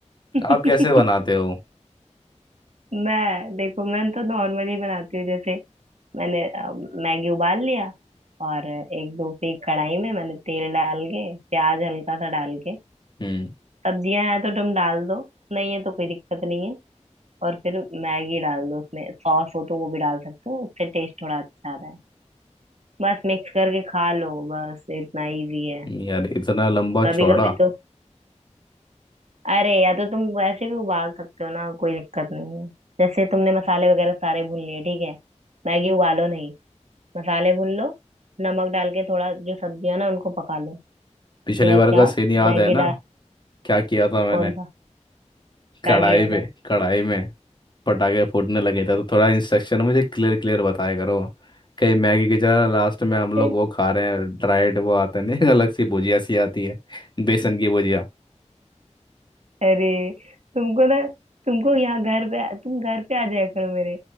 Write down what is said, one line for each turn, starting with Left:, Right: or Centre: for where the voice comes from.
Right: <laughs>
Left: आप कैसे बनाते हो
Right: मैं देखो मैं तो नॉर्मली बनाती हूँ जैसे मैंने अ, मैगी उबाल लिया और एक दूसरी कढ़ाई में मैंने तेल डाल के प्याज हल्का सा डाल के
Left: हम्म
Right: सब्जियां हैं तो तुम डाल दो नहीं है तो कोई दिक्कत नहीं है और फिर मैगी डाल दो उसमें सॉस हो तो वो भी डाल सकते हो उससे टेस्ट थोड़ा अच्छा आता है बस मिक्स करके खा लो बस इतना इजी है
Left: यार इतना लंबा
Right: कभी
Left: चौड़ा
Right: कभी तो अरे या तो तुम वैसे भी उबाल सकते हो ना कोई दिक्कत नहीं है जैसे तुमने मसाले वगैरह सारे भून लिए ठीक है मैगी उबालो नहीं मसाले भून लो नमक डाल के थोड़ा जो सब्जियां ना उनको पका लो उसके
Left: पिछले
Right: बाद
Left: बार
Right: क्या
Left: का सीन याद
Right: मैगी
Left: है ना
Right: डाल
Left: क्या किया था मैंने
Right: कौन सा
Left: कढ़ाई
Right: क्या किया
Left: पे
Right: था
Left: कढ़ाई में पटाखे फूटने लगे थे तो थोड़ा इंस्ट्रक्शन मुझे क्लियर क्लियर बताया करो कहीं मैगी की जगह लास्ट में हम
Right: <laughs>
Left: लोग वो
Right: <laughs>
Left: खा रहे हैं ड्राइड वो आते नहीं <laughs> अलग सी भुजिया सी आती है बेसन की भुजिया
Right: अरे तुमको ना तुमको यहाँ घर पे तुम घर पे आ जाया करो मेरे